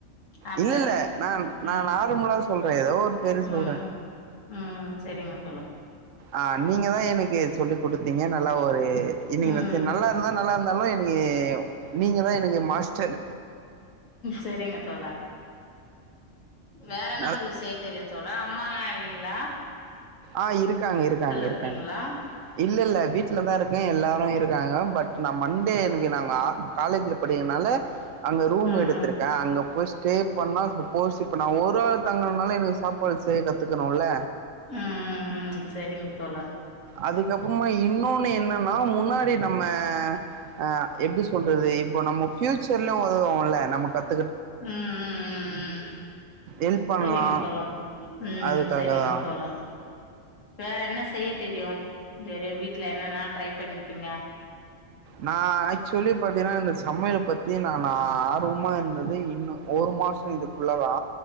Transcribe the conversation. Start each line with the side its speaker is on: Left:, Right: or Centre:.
Left: ஆப்ல
Right: இல்ல இல்ல நா நா
Left: ம்
Right: நார்மலா சொல்றே ஏதோ ஒரு பேரு சொல்றே
Left: ம் ம் சரிங்க தோழா
Right: ஆ நீங்க தா எனக்கு சொல்லி குடுத்தீங்க நல்லா ஒரு இன்னைக்கு
Left: ம்
Right: நல்லா இருந்தா நல்லா இருந்தாலு என்ன ப்பக்கி நீங்க தா எனக்கு மாஸ்டர்
Left: சரிங்க தோழா வேற என்ன
Right: நா
Left: ஒங்களுக்கு செய்ய தெரியு தோழா அம்மால்லா இல்லைங்ளா
Right: ஆ இருக்காங்க இருக்காங்க இருக்காங்க
Left: இருக்கீங்களா
Right: இல்ல இல்ல வீட்லதா இருக்கே எல்லாரு இருக்காங்க பட் நா மண்டே எனக்கு நாங்க காலேஜ்ல படிக்கறனால அங்கே ரூம்
Left: ம்
Right: எடுத்திருக்கே அங்க போய் ஸ்டே பண்ணா சப்போஸ் இப்ப நா ஒரு ஆள் தங்கணும்னாலு எனக்கு சாப்பாடு செய்ய கத்துக்கனுல்ல
Left: ம் ம் ம் சரிங்க தோழா
Right: அதுக்கப்பறமா இன்னொன்னு என்னன்னா முன்னாடி நம்ம ஆ எப்டி சொல்றது இப்ப நம்ம பியூச்சர்ல உதவோம்ல நம்ம கத்
Left: உம் உம் உம் உம்
Right: ஹெல்ப் பண்லா
Left: செரிங்க தோழா உம்
Right: அதுக்காக
Left: செரிங்க
Right: தா
Left: தோழா வேற என்ன செய்ய தெரியு வேற வீட்ல என்னன்னால ட்ரை பண்ணிருப்பீங்க
Right: நா ஆக்சுவலி பாத்தீனா இந்த சமயல பத்தி நானு சும்மா இருந்தது இன்னு ஒரு மாசோ ச <unintelligible> உள்ளதா